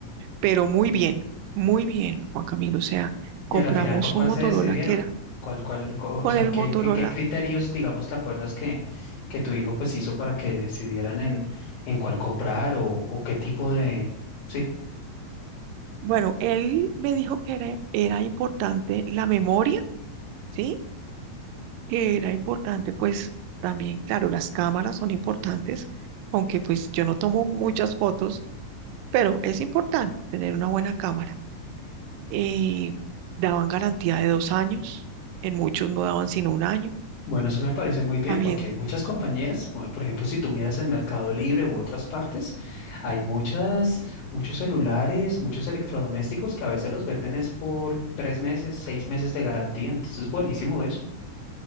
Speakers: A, on the right (about 85°); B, on the left (about 70°).
A: Pero muy bien, muy bien, Juan Camilo. O sea, compramos
B: Y a la final, ¿por cuál
A: un Motorola
B: se decidieron?
A: que era
B: ¿Cuál, cuál, cu- o
A: con
B: sea,
A: el
B: qué,
A: Motorola
B: qué, qué criterios, digamos, te acuerdas que, que tu hijo pues hizo para que decidieran en, en cuál comprar o, o qué tipo de... Sí,
A: Bueno, él me dijo que era, era importante la memoria, ¿sí? Que era importante, pues también, claro, las cámaras son importantes, aunque pues yo no tomo muchas fotos, pero es importante tener una buena cámara. Eh, daban garantía de dos años, en muchos no daban sino un año
B: bueno, eso me parece muy bien
A: también.
B: porque hay muchas compañías, por por ejemplo, si tú miras en Mercado Libre u otras partes, hay muchas, muchos celulares, muchos electrodomésticos que a veces los venden es por tres meses, seis meses de garantía, entonces buenísimo eso.